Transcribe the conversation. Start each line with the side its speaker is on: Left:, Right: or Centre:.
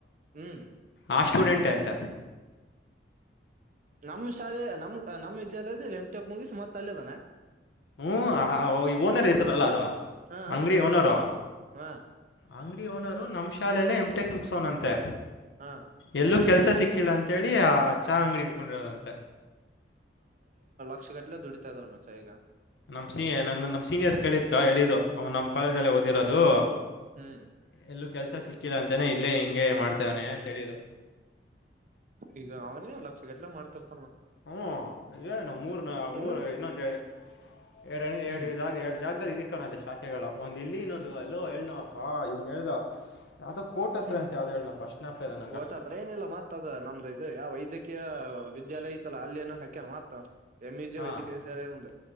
Right: ಹ್ಮ್
Left: ಆ ಸ್ಟೂಡೆಂಟ್ ಎಂತ
Right: ನಮ್ಮ್ ಶಾಲೆ ನಮ್ ನಮ್ಮ್ ವಿದ್ಯಾಲಯದ ಎಂಟ ಮುಗಿಸಿ ಮತ್ತತ್ ಅಲ್ಲೇದಾನೆ
Left: ಹ್ಮ್ ಓನರ್ ಹೆತರಲ್ಲ ಅದು
Right: ಹ ಹ
Left: ಅಂಗಡಿ
Right: ಗೊತ್ತಾಯ್ತ
Left: ಓನರ್
Right: ಹಾ
Left: ಅಂಗಡಿ ಓನರು ನಮ್ಮ ಶಾಲೆಯಲ್ಲೇ ಎಂಟೆಕ್ ಮುಗಸೋನಂತೆ
Right: ಹಾ
Left: ಎಲ್ಲೂ
Right: ವಿದ್ಯಾಲಯ
Left: ಕೆಲಸ
Right: ಹಾ
Left: ಸಿಕ್ಕಿಲ್ಲ ಅಂತೇಳಿ ಚಹ ಅಂಗಡಿ ಇಡ್ಕೊಂಡಿರೋದಂತೆ
Right: ಲಕ್ಷಗಟ್ಲೆ ದುಡಿತತ ಇದಾರ ಮಚ ಈಗ
Left: ನಮ್ಮ ಸ ನನ್ನ ನಮ್ಮ ಸೀನಿಯರ್ಸ್ ಕೇಳಿದ್ ಕಾ ಎು ಅವನು ನಮ್ಮ ಕಾಲೇಜಲ್ಲೇ ಓದಿರೋದು
Right: ಹ್ಮ್
Left: ಎಲ್ಲೂ ಕೆಲಸ ಸಿಕ್ಕಿಲ್ಲ ಅಂತನೇ ಇಲ್ಲೇ ಹಿಂಗೆ ಮಾಡ್ತಾನೆ ಅಂತಳು
Right: ಈಗ ಅವನೇ ಲಕ್ಷ ಗದಲ ಮಾಡ್ತರ್
Left: ಹ್ಮ ಇನು ಮೂರ್ ಮೂರ್
Right: ಇನ್ನೊಂದ್
Left: ಇನ್ನೊಂದು ಎರಡ ಎರಡ್ಗ
Right: ಹ್ಮ್
Left: ಎರ ಜಾಗ್ದಾರ್ ಇದಕ್ಕಣೆ ಶಾಖೆಗಳ ಒಂದ್ ಇಲ್ಲಿ ಇನ್ನೊಂದು ಅಲ್ಲೋ ಹೇಳನಪ್ಪಾ ಇವ್ನ್ ಹೇಳ್ದ ಯಾವುದೋ ಕೋರ್ಟ್ ಹತ್ರ
Right: ಹ್ಮ್
Left: ಅಂತ ಯಾವುದೋ ಹೇಳ್ದ ಫಸ್ಟ್ ಜ್ಞಾಪಕ ನಂಗೆ
Right: ತೊಟತ್ರ ಏನಿಲ್ಲ ಮತ್ತ ಅದ ನಮ್ದು ಇದು ಯಾವ ವೈದ್ಯಕ ಮು ವಿದ್ಯಾಲಯ ಇತ್ತಲ್ಲಾ ಅಲ್ಲಿ ಏನ ಹಾಕ್ಯಾನ ಮಾತ ಎಮಿಜ
Left: ಹಾಂ
Right: ವೈದ್ಯಿಕದಾಲಯ ಹ